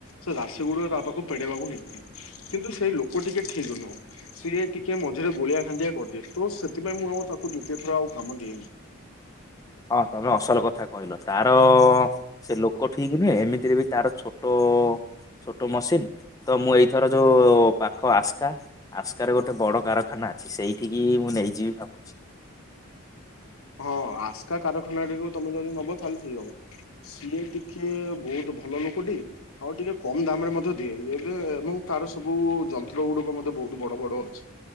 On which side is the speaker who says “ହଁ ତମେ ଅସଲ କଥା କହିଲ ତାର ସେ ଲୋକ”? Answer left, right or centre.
Left